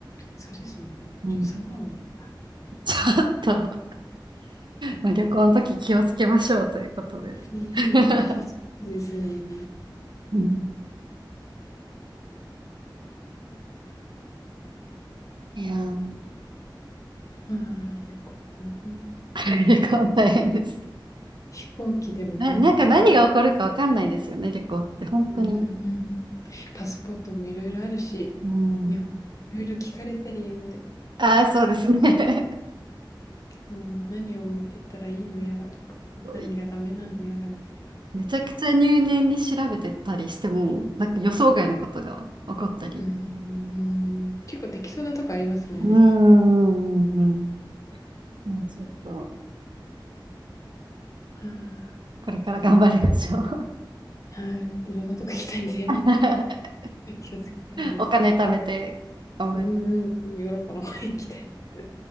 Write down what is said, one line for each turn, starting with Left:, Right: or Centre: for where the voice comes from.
Left: そうですよね。
Right: うん。
Left: 13万もやる。
Right: ちょっと、まあ、旅行の時気をつけましょうということで。
Left: うん、
Right: <laughs>
Left: 気をつけてですね。
Right: うん。いやー、
Left: ああ、旅行大変だ。
Right: <laughs> 旅行大変です。
Left: 飛行機でも何でも。
Right: な、なんか何が起こるかわかんないですよね、旅行って。本当に。
Left: うんうんうんパスポートもいろいろあるし、
Right: うん
Left: 日本いろいろ聞かれたり英語で、
Right: ああ、そうですね。<laughs>
Left: うん、何を持ってったらいいのやらとか、
Right: そうい
Left: 何がダメなのやらみたい
Right: めちゃくちゃ入念に調べてたりしても、なんか予想外のことが起こったり。
Left: な。うん、結構適当なとこありますもんね。
Right: うーん、うんうんもうちょっと、
Left: はあ、
Right: これから頑張りましょう。
Left: 大変はい、いろんなとこ行きたいんで
Right: <laughs>
Left: <laughs>、気をつけたいですわ。
Right: お金貯めて、頑張り。
Left: うんうん、ヨーロッパの方行きたいです。